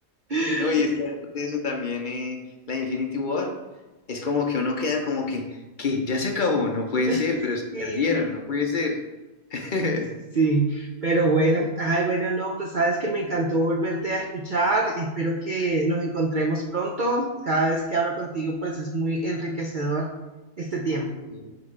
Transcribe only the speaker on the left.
No, y es que
aparte de eso también, eh, la Infinity War, es como que uno queda como que, ¿qué? Ya se acabó, no puede
ser, pero se
perdieron, no puede ser. <laughs>
Sí,